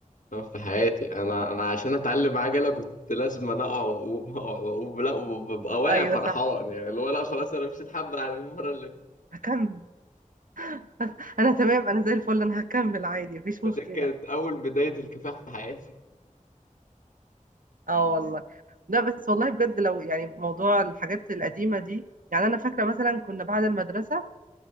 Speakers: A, on the left; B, on the right.
A: في حياتي انا انا عشان اتعلم عجلة كنت لازم انا اقع واقوم أقع وأقوم. لا وببقى واقع
B: ايوه
A: فرحان
B: صح
A: يعني اللي هو لا خلاص انا مش هتحب على المرة
B: هكمل <laughs> انا تمام انا زي الفل انا هكمل عادي مفيش
A: فدي
B: مشكله
A: كانت أول بداية الكفاح في حياتي
B: اه والله لا بس والله بجد لو يعني موضوع الحاجات القديمه دي يعني انا فاكره مثلا كنا بعد المدرسه